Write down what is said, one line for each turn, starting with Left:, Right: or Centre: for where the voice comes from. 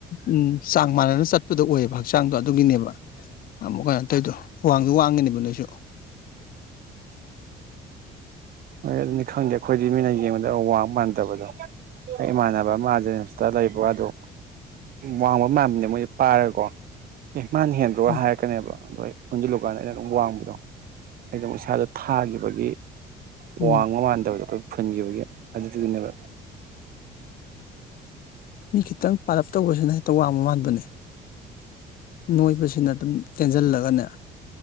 Left: ꯎꯝ ꯆꯥꯡ ꯃꯥꯟꯅꯥꯅ ꯆꯠꯄꯗꯣ ꯑꯣꯏꯌꯦꯕ ꯍꯛꯆꯥꯡꯗꯣ ꯑꯗꯨꯒꯤꯅꯦꯕ ꯑꯃꯨꯛ ꯀꯩꯅꯣ ꯇꯧꯗꯣ ꯋꯥꯡꯗꯤ ꯋꯥꯡꯉꯤꯅꯦꯕ ꯅꯣꯏꯁꯨ
Right: ꯍꯣꯏ ꯑꯗꯨꯅꯤ ꯈꯪꯗꯦ ꯑꯩꯈꯣꯏꯗꯤ ꯃꯤꯅ ꯌꯦꯡꯕꯗ ꯋꯥ ꯃꯥꯟꯗꯕꯗꯣ ꯑꯩ ꯏꯃꯥꯟꯅ ꯃꯥꯔꯖꯦꯟꯁꯇ <unintelligible> ꯂꯩꯕꯗꯣ ꯋꯥꯡꯕ ꯃꯅꯦ ꯃꯣꯏꯁꯦ ꯄꯥꯏꯔꯀꯣ <unintelligible> ꯑꯦ ꯃꯥꯅ ꯍꯦꯟꯗ꯭ꯔꯣ
Left: ꯎꯝ
Right: ꯍꯥꯏꯔꯛꯀꯅꯦꯕ ꯑꯗꯣ ꯑꯩ ꯑꯣꯟꯁꯤꯜꯂꯨꯀꯥꯟꯗ ꯑꯩꯅ ꯑꯗꯨꯝ ꯋꯥꯡꯕꯗꯣ ꯑꯩꯩꯅ ꯑꯃꯨꯛ ꯏꯁꯥꯗꯨ ꯊꯥꯈꯤꯕꯒꯤ
Left: ꯎꯝ
Right: ꯋꯥꯡꯕ ꯃꯥꯟꯗꯕꯗꯣ ꯑꯩꯈꯣꯏ ꯐꯨꯟꯈꯤꯕꯒꯤ ꯑꯗꯨꯗꯨꯒꯤꯅꯦꯕ
Left: ꯃꯤ ꯈꯤꯇꯪ ꯄꯥꯔꯞ ꯇꯧꯕꯁꯨꯅ‌ꯦ ꯍꯦꯛꯇ ꯋꯥꯡꯕ ꯃꯥꯟꯕꯅꯦ ꯅꯣꯏꯕꯁꯤꯅ ꯑꯗꯨꯝ ꯇꯦꯟꯁꯤꯜꯂꯒꯅꯦ